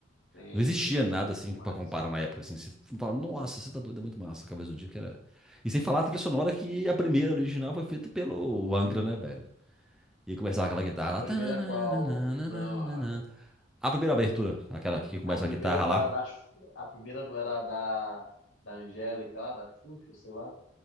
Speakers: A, on the left (about 70°); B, in the centre.
A: Tem,
B: Não existia
A: tem bastante
B: nada, assim,
A: demais.
B: pra comparar na época, assim. Você fala, nossa, você tá doido, é muito massa. Cavaleiros do Zodíaco era... E sem falar a trilha sonora que a primeira original foi feita pelo Angra, né, velho? E começava aquela guitarra
A: A primeira
B: lá. tananana.
A: qual. Não, a,
B: A primeira abertura, aquela que começa
A: a primeira
B: com a guitarra
A: não
B: lá.
A: era da. Xu- A primeira não era da. Da Angélica lá, da Xuxa, sei lá.